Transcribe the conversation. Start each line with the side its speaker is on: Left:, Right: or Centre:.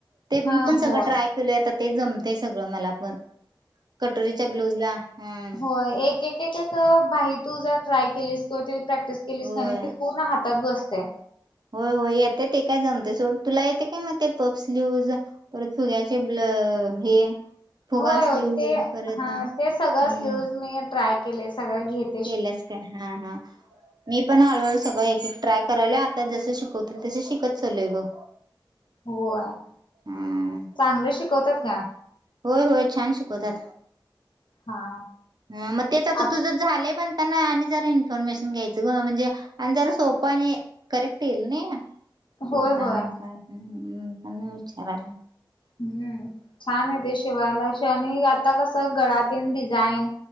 Right: ते
Left: हा
Right: मी पण
Left: होय
Right: सगळं ट्राय केलोय आता ते जमतेय सगळं मला पण कटोरीच्या ब्लूज ला हम
Left: हो एक एक एक एक बाही तू जर ट्राय केलीस किंवा त प्रॅक्टिस केलीस
Right: होय
Left: का नाही ती पूर्ण हातात बसते
Right: होय होय येते ते काय जमते सोड तुला येते काय मग ते पप्स स्लिउज परत फुग्याचे ब्ल अ हे फुगा
Left: होय
Right: स्लीव्हज
Left: होय ते
Right: परत
Left: हा ते सगळं
Right: हम्म
Left: स्लिउज मी ट्राय केले सगळं घेत
Right: केल्यास का हा हा मी पण हळूहळू सगळं एक एक ट्राय करायले आता जसं शिकवतील तस शिकत चलोय बघ
Left: होय
Right: हम्म
Left: चांगलं शिकवतात का
Right: होय होय छान शिकवतात
Left: हा
Right: मग त्याच आता
Left: आत
Right: तुझ झालंय पण त्यांना आणि जरा इन्फॉर्मेशन घ्यायचं ग म्हणजे आणि जरा सोपा आणि करेक्ट येईल ना शिवता
Left: होय होय
Right: नंत त्यांना विचाराला
Left: हम्म छान आहे ते शिवायला शेवा आणि आता कस गळातण डिझाईन